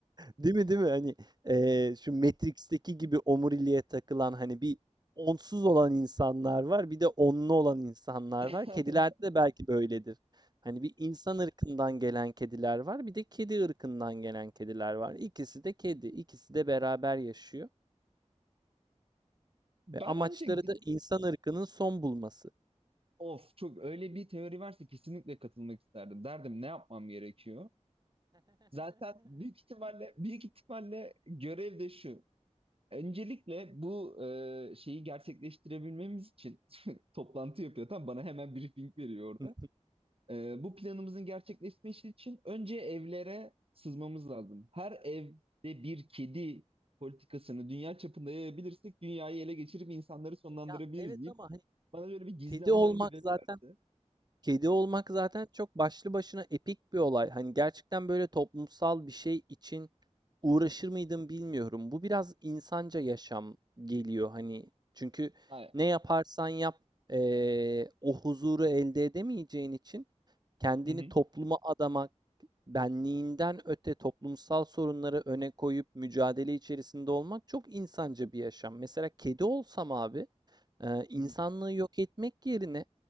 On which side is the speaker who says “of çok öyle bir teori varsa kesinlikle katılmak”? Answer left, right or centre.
Right